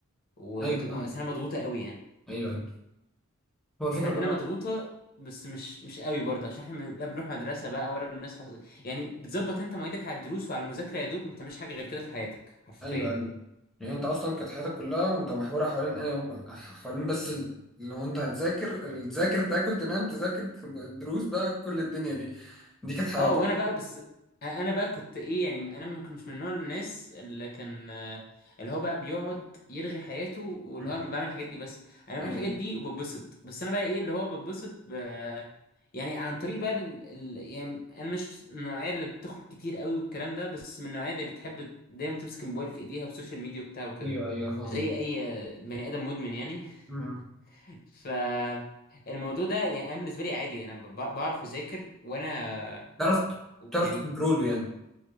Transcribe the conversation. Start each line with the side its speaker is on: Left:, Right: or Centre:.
Left: وبتبقى
Centre: ايوه فاهم.
Left: سنة مضغوطة قوي يعني
Centre: ايوه ايوه هو الفكره
Left: إحنا عندنا
Centre: كلها
Left: مضغوطة بس مش مش قوي برضه عشان احنا لا بنروح مدرسة بقى ولا بنصحى يعني بتظبط انت مواعيدك على الدروس وعلى المذاكرة يا دوب ما بتعملش حاجة غير كده في حياتك حرفيا
Centre: ايوه
Left: يعني
Centre: ايوه يعني انت اصلا كانت حياتك كلها متمحوره حوالين انا حوالين بس ال- اللي هو انت هتذاكر تذاكر تاكل تنام تذاكر الدروس بقى كل الدنيا دي دي كانت حياتك
Left: اه وانا بقى بس انا بقى كنت ايه يعني انا ممكن مش من نوع الناس اللي كان آه، اللي هو بقى بيقعد يرغي حياته واللي
Centre: مم.
Left: هو انا بعمل الحاجات دي بس انا بعمل
Centre: ايوه
Left: الحاجات دي وببسط بس انا بقى ايه اللي هو ببسط ب... يعني عن طريق بقى ال... ال... يعني انا مش من النوعيه اللي بتخرج كتير قوي والكلام ده بس من النوعيه اللي بتحب دايما تمسك الموبايل في ايديها والسوشيال ميديا وبتاع وكده
Centre: ايوه ايوه فاهم
Left: زي اي آه، بني ادم مدمن يعني
Centre: مم.
Left: <laughs> ف الموضوع ده يعني انا بالنسبه لي عادي انا ب... بعرف اذاكر وانا
Centre: تعرف تعرف
Left: يعني
Centre: تكنترول يعني